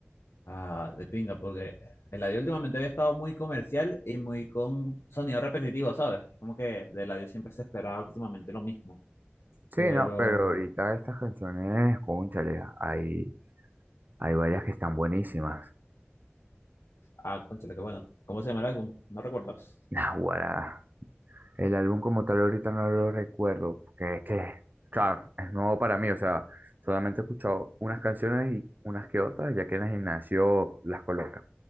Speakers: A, on the left (about 80°); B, on the right (about 45°).
A: Ah, de pinga, porque Eladio últimamente había estado muy comercial y muy con sonido repetitivo, ¿sabes? Como que de Eladio siempre se esperaba últimamente lo mismo. Pero,
B: Sí, no, pero ahorita estas canciones, cónchale, hay, hay varias que están buenísimas.
A: ah, cónchale, qué bueno. ¿Cómo se llama el álbum? ¿No recuerdas?
B: <laughs> Naguará. El álbum como tal ahorita no lo recuerdo, porque es que, claro, es nuevo para mí, o sea, solamente he escuchado unas canciones y unas que otras, ya que en el gimnasio las colocan.